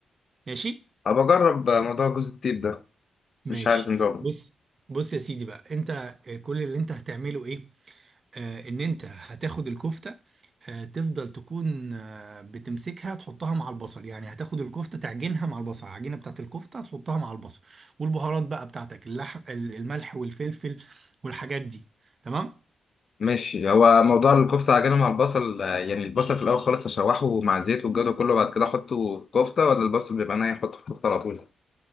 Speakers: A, on the right; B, on the left.
A: ماشي
B: ابقى اجرب موضوع جوز الطيب ده
A: ماشي
B: مش عارف نظامه
A: بص بص يا سيدي بقى انت آه، كل اللي انت هتعمله ايه آه ان انت هتاخد الكفته آه، تفضل تكون آه، بتمسكها تحطها مع البصل يعني هتاخد الكفتة تعجنها مع البصل العجينة بتاعت الكفتة هتحطها مع البصل والبهارات بقى بتاعتك اللح... ال- الملح والفلفل والحاجات دي تمام
B: ماشي هو موضوع الكفتة عجينة مع البصل آه، يعني البصل في الاول خالص اشوحه مع زيت والجو ده كله بعد كده احطه في الكفتة ولا البصل بيبقى ناي احطه في الكفتة على طول